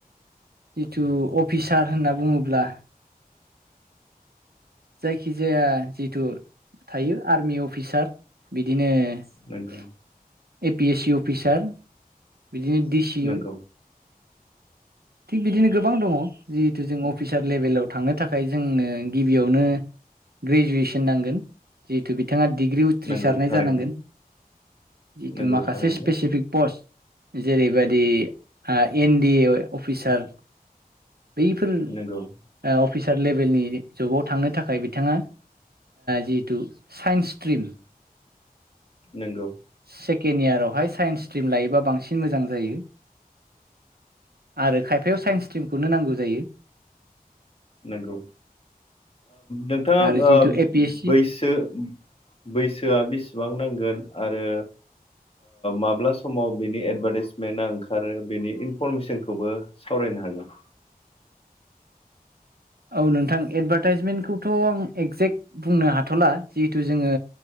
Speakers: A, on the right; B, on the left.
A: जिथु अफिसार होनना बुङोब्ला। जायखिजाया जिथु थायो आर्मि अफिसार बिदिनो। A
B: नोंगौ
A: P S C officer बिदिनो डिसि
B: नोंगौ
A: थिग बिदिनो गोबां दङ जिहेतु जों अफिसार लेभेलाव थांनो थाखाय जोंनो गिबियावनो। ग्रेजुवेसन नांगोन जिहेतु बिथाङा डिग्रि उथ्रिसारनाय
B: नोंगौ थारैनो
A: जानांगोन जिथु
B: नोंगौ
A: माखासे
B: थारैनो
A: स्पेसिफिक पस्ट जेरैबायाददि N D A officer before
B: नोंगौ
A: अफिसार लेभेलनि जबाव थांनो थाखाय बिथाङा। जिहथु साइन्स स्ट्रिम
B: नंगौ
A: सेकेन्ड इयारावहाय साइन्स स्ट्रिम लायोबा बांसिन मोजां जायो। आरो खायफायाव साइन्स स्ट्रिमखौनो नांगौ जायो।
B: नंगौ नोंथाङा
A: आरो जिहेतु ए पि एस सि
B: बैसो बैसोआ बेसेबां नांगोन आरो। माब्ला समाव बिनि एडभार्टाइसमेन्टआ ओंखारो बेनि इनफरमेसनखौबो सावराय हागोन।
A: औ नोंथां एदभार्टाइसमेन्टखौथ' आं एगजेक्ट बुंनो हाथ'ला जिहेथु जोङो